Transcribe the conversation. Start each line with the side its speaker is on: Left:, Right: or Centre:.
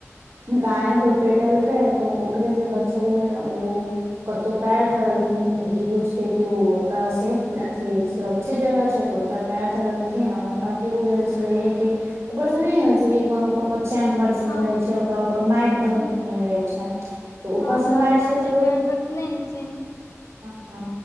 Right: गाय हूरपेटलके तऽ ओकरे से बचे लेय ओ कतौ पैर धरलखिन ई बुझ के क ओ ओतऽ सेफ अथी सुरक्षित जगह छै तऽ ओतऽ पैर धरलखिन हुनका की बुझल छलैय कि ऊपर से नहि होइ छै कि कोनो कोनो चेंबर सब
Left: हँ
Right: रहे छै ओकरा मैट ध क रहै छै तऽ ऊपरसँ
Left: हमर
Right: मैट
Left: अन्दाजे
Right: छै तऽ लोक
Left: पैर रखने हेथिन
Right: ह